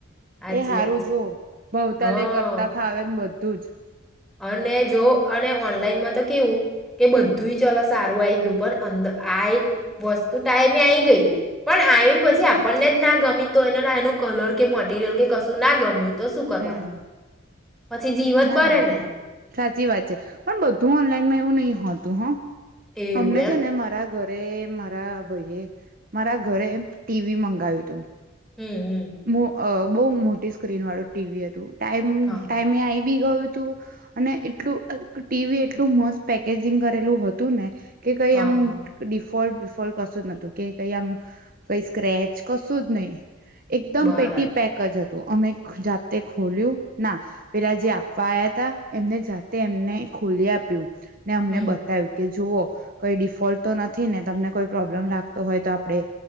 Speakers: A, in the centre; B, on the right.
A: સાચી
B: એ સારું
A: વાત છે.
B: જોવ ભાવતા
A: હા
B: લય એ કરતા ફાવે બધું જ
A: અને જો અને ઓનલાઈનમાં તો કેવું કે બધું ચલો સારું આય ગયું પણ અર આ વસ્તુ ટાઈમે આવી ગઈ પણ આયને પછી આપણને જ ના ગમી તો એ એનું કલર કે મટીરિયલ કે કશું ના ગમ્યું તો શું કરવાનું
B: હમ
A: પછી જીવજ
B: ના
A: બરે
B: ના
A: ને
B: સાચી વાત છે પણ બધું ઓનલાઈનમાં એવું નહી હોતું હા
A: એવું
B: અમને
A: એમ
B: છે ને મારા ઘર અરે મારા ભાઈએ મારા ઘરે ટીવી મંગાવ્યું તું
A: હમ હમ
B: મો અ બહુ મોટી સ્ક્રીન વાળું ટીવી અ હત ટાઈમ
A: હા
B: ટાઈમે આવી બી ગયું તું અને એટલું ટીવી એટલું મસ્ત પેકેજિંગ કરેલું હતું ને કે કઈ
A: હા
B: આમ ડિફોલ્ટ કશું જ નતું કે કઈ આમ કઈ સ્ક્રેચ કશું જ નહીિ એકદમ
A: બરાબર
B: પેટી પેક જ હત તો અમેક જાત ખોલ્યું ના પેલા જે આપવા આવયા હતા એમને જાતે એમને ખોલી આપ્યું ને અમને
A: હમ
B: બતાવ્યું કે જુઓ કોઈ ડિફોલ્ટ તો નથી ને તમને કોઈ પ્રોબ્લેમ લાગતો હોય તો આપણે